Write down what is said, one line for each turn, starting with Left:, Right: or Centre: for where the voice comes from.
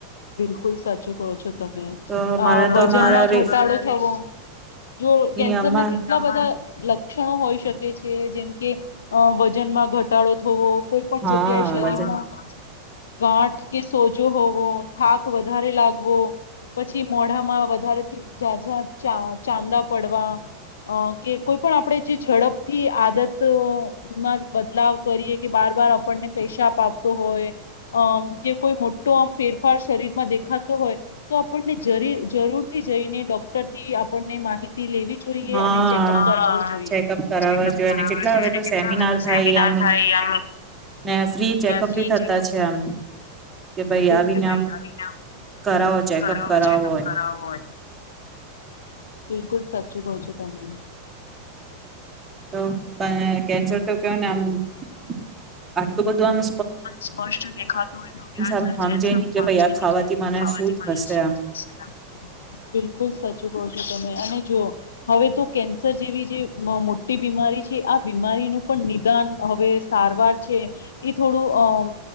Left: બિલકુલ સાચુ કહો છો તમે.
Right: તો મારે તો અમારા
Left: વજનમાં ઘટાડો
Right: રે
Left: થવો, જો
Right: ની
Left: કેન્સરના
Right: અમાર
Left: કેટલા બધા લક્ષણો હોઈ શકે છે જેમ કે વજનમાં ઘટાડો થવો, કોઈ પણ
Right: હા
Left: જગ્યાએ શરીરમાં
Right: વજન
Left: ગાંઠ કે સોજો હોવો, થાક વધારે લાગવો કે પછી મોઢામાં વધારેથી ઝાઝાં ચાન ચાંદા પડવા કે કોઈ પણ આપણે જે ઝડપથી આદત તો માં બદલાવ કરીએ કે વાર વાર આપણને પેશાબ આવતો હોય કે કોઈ મોટો આમ ફેરફાર શરીરમાં દેખાતો હોય તો આપણને જરી જરૂરથી જઈને ડૉક્ટરથી આપણને માહિત લેવી જોઈએ
Right: હા
Left: અને ચેકઅપ કરાવવું જોઈએ.
Right: ચેકઅપ
Left: હા,
Right: કરાવવા
Left: ચેક‌અપ
Right: જોઈએ
Left: કરાવ
Right: ને કેટલા હવે તો
Left: કેટલા
Right: સેમિનાર
Left: હવે તો
Right: થાય
Left: સેમિનાર
Right: આમ
Left: થાય એમ,
Right: ને ફ્રી ચેકઅપ
Left: ફ્રી
Right: બી થતા
Left: ચેકઅપ
Right: છે આમ કે ભાઈ
Left: બી
Right: આવીને
Left: થતા છે કે, ભાઈ
Right: આમ કરાવો ચેકઅપ
Left: કરાવો ચેકઅપ
Right: એમ
Left: કરાવો બિલકુલ સાચું કહો છો તમે.
Right: <unintelligible> કેન્સર... કેનેમ્ <unintelligible> આટલું બધું આમ્..
Left: સ્પષ્ટ દેખાતું હોયતો બી અડધા
Right: આમ હમજે
Left: જેન્ટ્સ સમજે
Right: ની
Left: નહીં
Right: ભાઈ
Left: કે
Right: ખાવાથી
Left: આ
Right: મને
Left: ખાવાથી
Right: શું થશે
Left: શું
Right: આમ
Left: થશે? એમ. બિલકુલ સાચું કહો છો તમે. અને જુઓ.. હવે તો કેન્સર જેવી જે મોટી બીમારી છે. આ બીમારીનું પણ નિદાન, હવે સારવાર છે એ થોડું. આમ